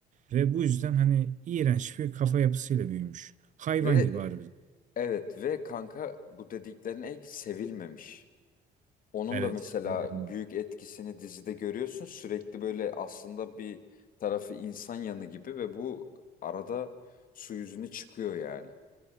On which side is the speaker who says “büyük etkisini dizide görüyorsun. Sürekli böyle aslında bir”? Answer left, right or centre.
Left